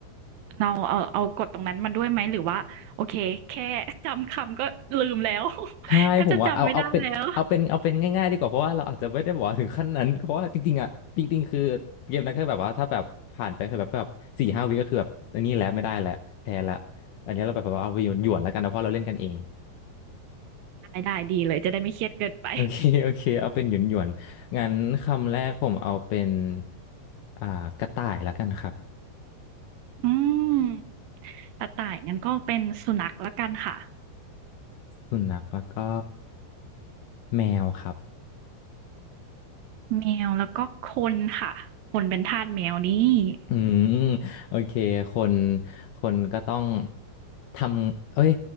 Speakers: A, on the right; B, on the left.
A: เราเอาเอากดตรงนั้นมาด้วยไหมหรือว่าโอเคแค่จำคำก็ลืมแล้ว <laughs>
B: ใช่ผมว่าเอาเอาเป็นเอาเป็นเอาเป็นง่ายๆดีกว่าเพราะว่าเราอาจจะไม่ได้บอกว่าถึงขั้นนั้นเพราะว่าจริงๆอ่ะจริงๆคือเกมนั้นก็แบบว่าถ้าแบบผ่านไปคือแบบแบบสี่ห้าวิก็คือแบบอันนี้แหละไม่ได้แล้วแพ้แล้ว
A: แทบจะจำไม่ได้แล้ว
B: อันนี้เราแบบว่าเอาไปหยวนหยวนแล้วกันนะเพราะเราเล่นกันเอง
A: ได้ได้ดีเลยจะได้ไม่เครียดเกินไป
B: <laughs> โอเคโอเคเอาเป็นหยวนหยวนงั้นคำแรกผมเอาเป็นอ่ากระต่ายแล้วกันครับ
A: <laughs> อืมกระต่ายงั้นก็เป็นสุนัขแล้วกันค่ะ
B: สุนัขแล้วก็แมวครับ
A: แมวแล้วก็คนค่ะคนเป็นทาสแมวนี่
B: อืมโอเคคนคนก็ต้องทำเอ้ย